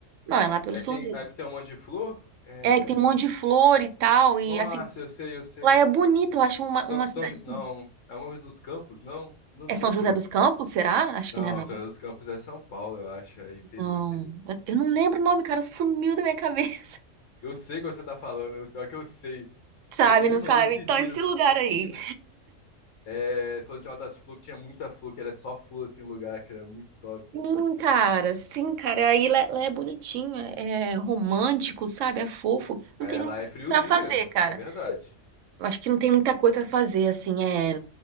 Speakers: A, on the right; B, on the left.
A: Não, é lá pelo
B: É
A: sul
B: quem,
A: mesmo.
B: é que tem um monte de flor? É...
A: É, que tem um monte de flor e tal, e
B: Nossa,
A: assim,
B: eu sei, eu sei.
A: lá é bonito,
B: Uhum.
A: eu acho uma,
B: São,
A: uma cidade
B: São Jo-
A: assim.
B: Não, é alguma coisa dos Campos, não? Não
A: É
B: lembro.
A: São José dos Campos, será? Acho
B: Não,
A: que não é, não.
B: São José dos Campos é São Paulo, eu acho. É interior,
A: Não,
B: interior.
A: eu eu não lembro o nome, cara, sumiu da minha cabeça.
B: Eu sei o que você tá falando, pior é que eu sei.
A: <laughs> Sabe,
B: E alguém
A: não
B: me falou
A: sabe?
B: esses
A: Então,
B: dias,
A: esse lugar
B: que assim,
A: aí.
B: né? É, falou de uma das flores que tinha muita flor, que era só flor, assim, um lugar que era muito top.
A: Sim, cara, sim, cara. Aí lá, lá é bonitinho, é romântico, sabe? É fofo. Não
B: É,
A: tem muito
B: lá é friozinho
A: pra fazer,
B: mesmo,
A: cara.
B: isso é verdade.
A: Eu acho que não tem muita coisa pra fazer, assim. É,